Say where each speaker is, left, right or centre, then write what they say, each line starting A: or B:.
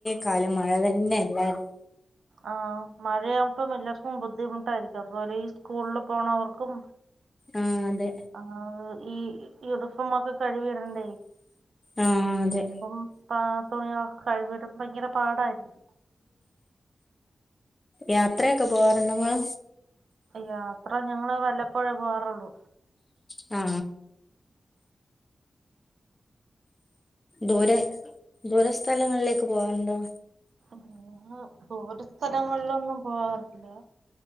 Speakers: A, on the left; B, on the right.
A: കാലം മഴ തന്നെ എല്ലാരും
B: ആ മഴയാവുമ്പം എല്ലാർക്കും ബുദ്ധിമുട്ടായിരിക്കും അതുപോലെ ഈ സ്കൂളിൽ പോണവർക്കും
A: ആ അതെ
B: ആ, ഈ ഈ ഉടുപ്പും ഒക്കെ കഴുകിയിടണ്ടെ
A: ആഹ് അതെ
B: അപ്പം പാ തുണി കളൊക്കെ കഴുകി ഇടുമ്പോ ഭയങ്കര പാടായിരിക്കും
A: യാത്രയൊക്കെ പോവാറുണ്ടോ ഇങ്ങൾ
B: യാത്ര ഞങ്ങൾ വല്ലപ്പോഴേ പോവാറൊള്ളു
A: ആ ദൂരെ ദൂര സ്ഥലങ്ങളിലേക്ക് പോവാർണ്ടോ
B: <unintelligible> ദൂര സ്ഥലങ്ങളിലൊന്നും പോവാറി ഇല്ലാ